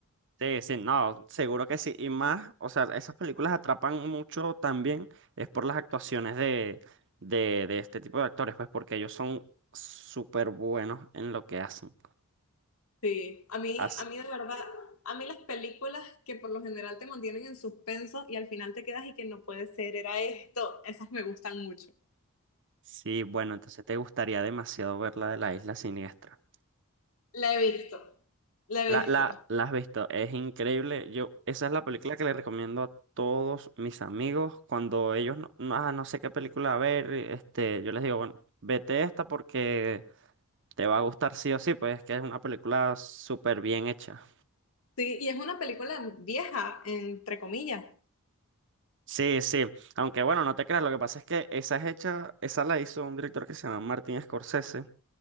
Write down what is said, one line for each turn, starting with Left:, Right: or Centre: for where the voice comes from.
Right: Sí, sí, no, seguro que sí. Y más, o sea, esas películas atrapan mucho también es por las actuaciones de, de, de este tipo de actores, pues porque ellos son súper buenos en lo que hacen.
Left: Sí, a mí,
Right: As-
Left: a mí de verdad, a mí las películas que por lo general te mantienen en suspenso y al final te quedas y que no puede ser, era esto, esas me gustan mucho.
Right: sí, bueno, entonces te gustaría demasiado ver la de la Isla Siniestra.
Left: La he visto, la he
Right: La,
Left: visto.
Right: la, la has visto, es increíble. Yo, esa es la película que le recomiendo a todos mis amigos. Cuando ellos no, no, ah, no sé qué película ver, este, yo les digo, bueno, vete esta porque Te va a gustar sí o sí, pues es que es una película súper bien hecha.
Left: Sí, y es una película vieja, entre comillas.
Right: Sí, sí. Aunque bueno, no te creas, lo que pasa es que esa es hecha, esa la hizo un director que se llama Martin Scorsese.